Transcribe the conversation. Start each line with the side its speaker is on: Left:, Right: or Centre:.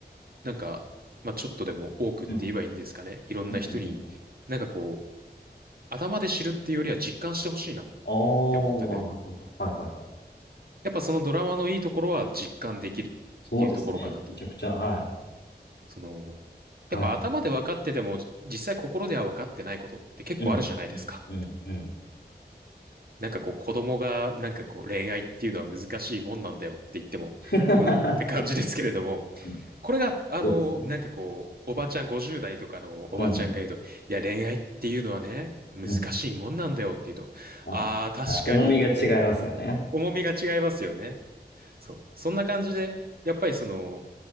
Right: なんか、まあちょっとでも多くって言えばいいんですかね。
Left: い。うん、
Right: いろんな人に、
Left: うん、うん、うん。
Right: なんかこう、頭で知るっていうよりは実感してほしいなっ
Left: ああー、
Right: て思ってて、
Left: なるほど。はい、はい、はい。
Right: やっぱそのドラマのいいところは実感できるっていうところかなと。
Left: そうですね。めちゃくちゃ、はい。
Right: その、
Left: は
Right: やっぱ頭で分かってても、実際心では分かってないことって結構あるじゃないですか。
Left: い。うん、うん、うん、うん。
Right: なんかこう子供がなんかこう恋愛っていうのは難しいもんなんだよって言っても、
Left: <laughs>
Right: うんって感じですけれども、
Left: うん
Right: これがあの、
Left: そうですね。
Right: なんかこう、おばちゃん50代とかのおばちゃんが言うと、
Left: うん、うん、
Right: いや恋愛っていうのはね、難しいもんなんだよって言うと、
Left: うん。あ、
Right: ああ、確かにってこう、
Left: あ重みが違いますよね。
Right: 重みが違いますよね。そう。そんな感じで、やっぱりその、